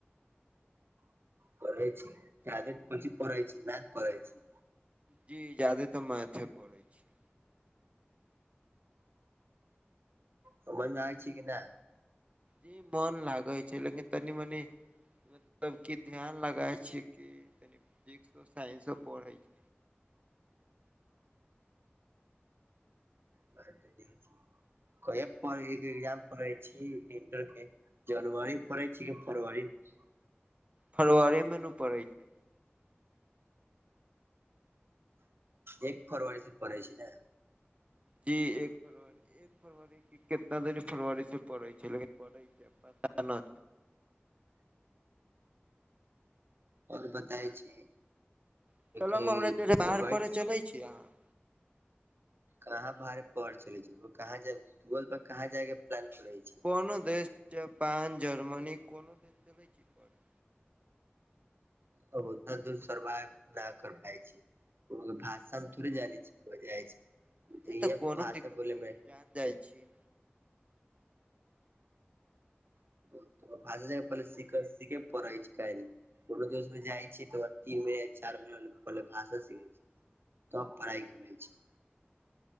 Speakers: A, on the right; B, on the right.
A: पढ़य छी जादे कौनची पढ़य छी, मैथ पढ़य छी।
B: जी ज्यादेतर मैथे पढ़य छीयै।
A: त वन जानय छीयै की नै?
B: जी मन लागै छै लेकिन तनि-मनी मतलब कि ध्यान लगाए छीयै कि तनि फिजिक्सो, साइंसो पढ़य छी।
A: कहिया पैढ़‌ के <unintelligible> जी इंटर के जनवरी पड़य छै कि फरवरी मे?
B: फरवरीे मे नै उ पड़े छै।
A: एक फरवरी से पढ़य छी नै?
B: जी एक फरवरी एक कितना दिन फरवरी से पड़ै छै, लेकिन <unintelligible> पता न
A: और बताय छी।
B: <unintelligible>
A: कही
B: में हमरा बाहर पढ़य चलै छी अहाँ?
A: कहाँ बाहरे पढ़ चलै छी? कहाँ जाय? बोलबा कहाँ जाय के प्लान करै छी?
B: कोनो देश जापान, जर्मनी कोनो <unintelligible>
A: अब ओतना दूर सरवाइव न कर पाय छी। ओ भाषामे थोड़े हम जानै छी, कोइ जाइ छैऽ, हमत
B: ए
A: इहै
B: तऽ कोनो
A: भाषा
B: दिक्कत
A: बोलयमे
B: न छै, जाइ छी।
A: <unintelligible> कोनो देस में जाइ छैै तऽओ तीन मे चार मे पहिले भाषा सिखै छै। तब पढ़ाइ करै छै।